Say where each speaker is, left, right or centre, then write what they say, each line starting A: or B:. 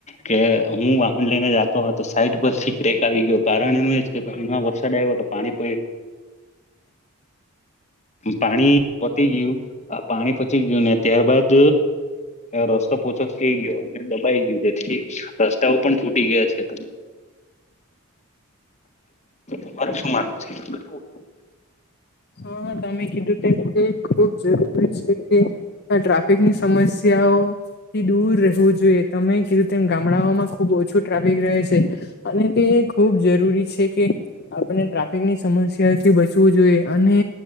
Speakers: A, on the left; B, on the left.
A: કે હું વાહન લઈ ને જાતો હતો સાઈટ પરથી ક્રેક આવી ગયો કારણ એનું એ જ કે પાણીમાં વરસાદ આવ્યો તો પાણી <inaudible> પાણી પતી ગયું પાણી પચી ગયું ને ત્યારબાદ રસ્તો પોચો થઈ ગયો અને દબાઈ ગયું જેથી રસ્તાઓ પણ તૂટી ગયા છે. <inaudible> તમારું શું માનવું? <inaudible>
B: હા હા તમે કીધું તેમ તે ખૂબ જરૂરી છે કે ટ્રાફિકની સમસ્યાઓથી દૂર રહે વું જોઈએ. તમે કીધું તેમ ગામડાઓમાં ખુબ ઓછું ટ્રાફિક રહે છે અને તે ખૂબ જરૂરી છે કે આપણે ટ્રાફિકની સમસ્યાથી બચવું જોઈએ અને